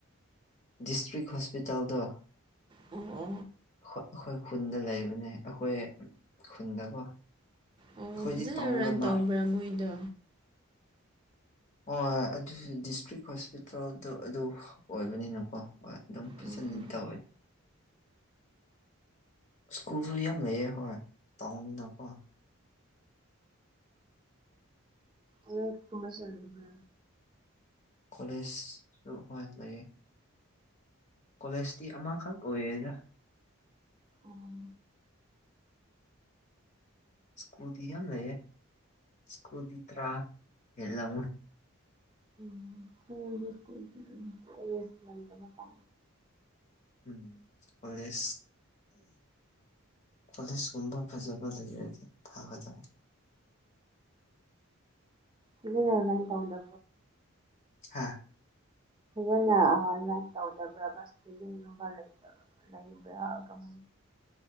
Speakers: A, on the left; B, on the right.
A: ꯗꯤꯁꯇ꯭ꯔꯤꯛ ꯍꯣꯁꯄꯤꯇꯥꯜꯗ
B: ꯑꯣ
A: ꯑꯩꯈꯣꯏ ꯈꯨꯟꯗ ꯂꯩꯕꯅꯦ ꯑꯩꯈꯣꯏ ꯈꯨꯟꯗꯀꯣ
B: ꯑꯣ
A: ꯑꯩꯈꯣꯏꯗꯤ
B: ꯐꯖꯅ
A: ꯇꯥꯎꯟꯒꯅ
B: ꯔꯟ ꯇꯧꯕ꯭ꯔꯥ ꯃꯣꯏꯗꯣ
A: ꯍꯣꯏꯣꯏ ꯑꯗꯨ ꯗꯤꯁꯇ꯭ꯔꯤꯛ ꯍꯣꯁꯄꯤꯇꯥꯜꯗ ꯑꯗꯨ ꯑꯣꯏꯕꯅꯤꯅꯀꯣ ꯍꯣꯏ ꯑꯗꯨꯝ ꯐꯖ
B: ꯎꯝ
A: ꯆꯠꯇ ꯑꯣꯏ ꯁ꯭ꯀꯨꯁꯨ ꯏ ꯌꯥꯝ ꯃꯦꯦ ꯍ ꯇꯥꯎꯅꯤꯅꯀꯣ <inaudible>
B: ꯑ ꯊꯃ ꯁꯔꯕ
A: ꯀꯂꯦꯖꯁꯨ ꯍ ꯂꯩꯦ ꯀꯣꯂꯦꯖꯇꯤ ꯑꯃꯈꯛ ꯑꯣꯏꯌꯦꯗ
B: ꯎꯝ
A: ꯏꯁꯀꯨꯇ ꯌꯥꯝ ꯂꯩ ꯏꯁꯀꯨꯗꯤ ꯇ꯭ꯔꯥ ꯑꯦꯂ
B: ꯎꯝ ꯁꯀ ꯀ ꯇꯕꯥ ꯄ
A: ꯎꯝ ꯀꯂꯦꯖ ꯀꯂꯦꯖ ꯀꯨꯝꯕ ꯐꯖꯕ ꯂꯦ ꯐꯥꯕꯖꯕ
B: ꯑꯗꯨ ꯇꯗ
A: ꯍꯥꯥ
B: ꯐꯖꯅ ꯑꯣꯟꯂꯥꯏꯟ ꯇꯧꯗꯕ꯭ꯔꯥ ꯕꯁ ꯄꯡꯒꯨꯝꯕ ꯂꯩꯇꯕ꯭ꯔꯥ ꯕ ꯀꯃꯥꯏ